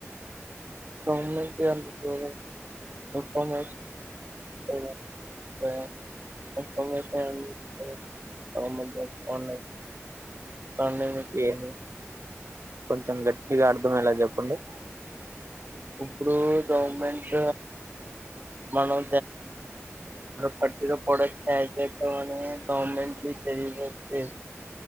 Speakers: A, on the right; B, on the right.
A: సషష <unintelligible> ఫండింగ్ ఇస్తుంది
B: ఏ కొంచెం గట్టిగా అర్థమయ్యేలా చెప్పండి
A: ఇప్పుడు గవర్నమెంట్ మనం పట్టిన ప్రొడక్ట్ కూడా తయ చేయాం అని గవర్నమెంట్ి తెలియజేస్తే